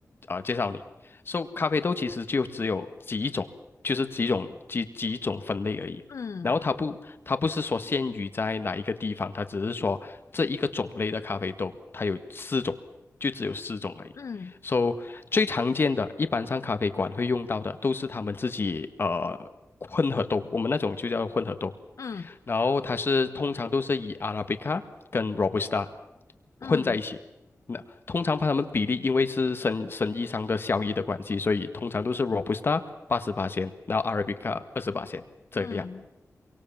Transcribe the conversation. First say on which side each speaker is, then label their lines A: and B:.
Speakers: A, on the left; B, on the left.
A: 呃介绍你。So，咖啡豆其实就只有几种，就是几种几几种分类而已。
B: 嗯
A: 然后它不，它不是说限于在哪一个地方，它只是说这一个种类的咖啡豆，它有四种，就只有四种而已。
B: 嗯
A: So，最常见的，一般上咖啡馆会用到的，都是他们自己呃混合豆，我们那种就叫混合豆。
B: 嗯
A: 然后它是通常都是以 Arabica 跟 Robusta
B: 嗯
A: 混在一起。那通常把它们比例，因为是生生意上的效益的关系，所以通常都是 Robusta 八十八仙然后 Arabica 二十八仙这样。
B: 嗯